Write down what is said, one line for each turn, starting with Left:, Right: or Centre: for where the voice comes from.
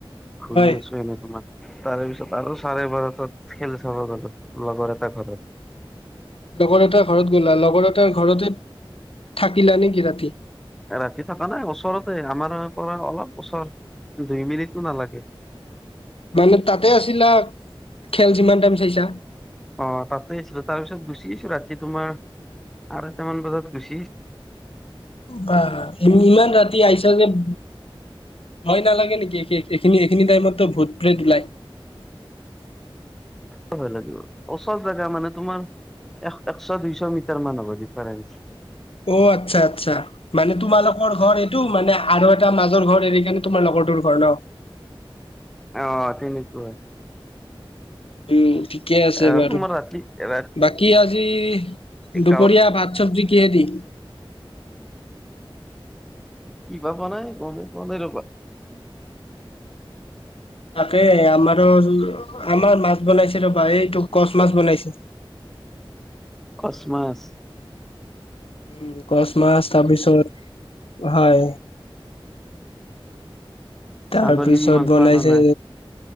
Centre: <unintelligible> ঘূৰি
Left: হয়
Centre: আছোঁ। তাৰেপিছত আৰু চাৰে বাৰটাত খেল চাব গলোঁ লগৰ এটা ঘৰত।
Left: লগৰ এটাৰ ঘৰত গ'লা লগৰ এটাৰ ঘৰতে থাকিলা নেকি ৰাতি।
Centre: ৰাতি থকা নাই ওচৰতে আমাৰ এৰে পৰা অলপ ওচৰ। দুই মিনিটটো নালাগে।
Left: মানে তাতে আছিলা খেল যিমান টাইম চাইছা।
Centre: অ তাতে আছিলোঁ তাৰপিছত গুচি আহিছোঁ ৰাতি তোমাৰ। আৰাইটামান বজাত গুছি।
Left: বা ইমান ৰাতি আহিছা যে। ভয় নালাগে নেকি এইখিনি, এইখিনি টাইমতটো ভূত প্ৰেত ওলাই। <unintelligible>
Centre: কিয় ভয় লাগিব ওচৰ জাগা মানে তোমাৰ। এক একশ দুইশ মিটাৰ মান হ'ব ডিফাৰেন্ঞ্চ।
Left: অ আচ্ছা আচ্ছা মানে তোমালোকৰ ঘৰ। <unintelligible> মানে আৰু এটা মাজৰ ঘৰ এৰি কেনে তোমাৰ লগৰটোৰ ঘৰ নহ।
Centre: অ তেনেকুৱাই।
Left: উম ঠিকে আছে
Centre: আহ
Left: বাৰু
Centre: তোমাৰ ৰাতি ৰাতি
Left: বাকী আজ জি দুপৰীয়া
Centre: গাঁৱত
Left: ভাত চব্জি কিহেদি।
Centre: কিবা পোৱা নাই গমেই পোৱা নাই ৰৱা।
Left: তাকে আমাৰো। <unintelligible> আমাৰ মাছ বনাইছে ৰবা এইটো কচ মাছ বনাইছে।
Centre: কচ মাছ।
Left: উম কচ মাছ তাৰপিছত হয়। তাৰপিছত
Centre: ছাগলী মাংস
Left: বনাইছে
Centre: অনা নাই